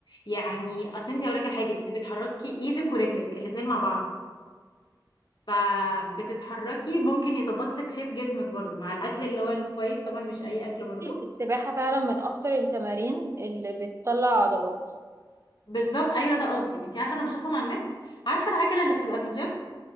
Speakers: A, on the left; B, on the right.
A: يعني اصل انت هقول لك على حاجه انت بتحركي ايدك ورجلك الاثنين مع بعض فبتتحركي ممكن يظبط لك شيب جسمك برضو مع الاكل اللي هو الكويس طبعا مش اي اكل برضو
B: السباحة فعلا من أكتر التمارين اللي بتطلع عضلات
A: بالظبط ايوه ده قصدي انت عارفه انا بشوفهم على النت عارفه العجله اللي بتبقى في الجيم